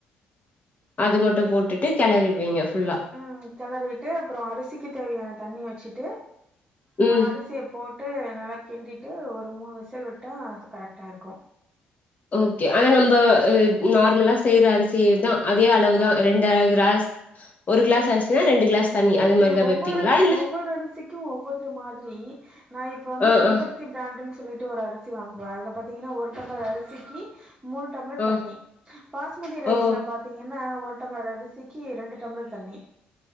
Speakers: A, on the left; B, on the right.
A: அது மட்டு போட்டுட்டு கிளறிடுவீங்க ஃபுல்லா
B: ம் கெளறிவிட்டு அப்றோ அரிசிக்கு தேவையான தண்ணி வச்சுட்டு
A: ம்
B: அரிசிய போட்டு நல்லா கிண்டிட்டு ஒரு மூணு விசில் விட்டா அது கரெக்டா இருக்கு
A: ஓகே அதா நம்ப நார்மலா செய்ற அரிசியேதா அதே அளவுதா ரெண்ட கிராஸ் ஒரு கிளாஸ் அரிசினா ரெண்டு கிளாஸ் தண்ணி அது
B: இல்ல
A: மாரிதா
B: ஒவ்வொரு
A: வைப்பீங்களா இல்ல
B: ஒவ்வொரு அரிசிக்கு ஒவ்வொரு மாதிரி நா இப்ப வந்து
A: ஆ
B: செம்பருத்
A: ஆ
B: திபிராண்ட்ன்னு சொல்லிட்டு ஒரு அரிசி வாங்குவ அதுல பாத்தீங்கன்னா ஒரு டம்ளர் அரிசிக்கு மூணு டம்ளர்
A: ஆ
B: தண்ணி பாஸ்மதி ரைஸ்ல
A: ஓ
B: பாத்தீங்கன்னா ஒரு டம்ளர் அரிசிக்கு ரெண்டு டம்ளர் தண்ணி